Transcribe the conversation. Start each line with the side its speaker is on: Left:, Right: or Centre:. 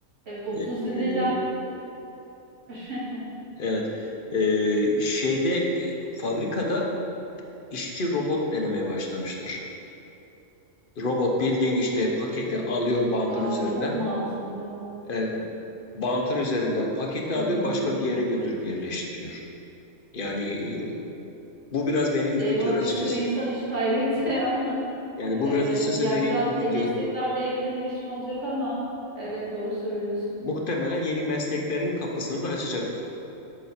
Right: Evet 30'lulardalar.
Left: Ee,
Right: <laughs>
Left: evet. Ee, şeyde e, fabrikada işçi robot denemeye başlamışlar. Robot bildiğin işte paketi alıyor bantın
Right: Aa,
Left: üzerinden.
Right: çok mantıklı.
Left: E, bantın üzerinden paketi alıyor
Right: Hı
Left: başka
Right: hı.
Left: bir yere götürüp yerleştiriyor. Yani e, bu biraz beni ürkütüyor
Right: Eyvah
Left: açıkçası.
Right: bir sürü insan iş kaybetti <laughs> ama
Left: Yani
Right: evet
Left: bu biraz açıkçası
Right: ya
Left: beni
Right: biraz
Left: ürkütüyor.
Right: e, mesleklerde evrimleşme olacak ama evet doğru söylüyorsun.
Left: Muhtemelen yeni mesleklerin kapısını da açacaktır.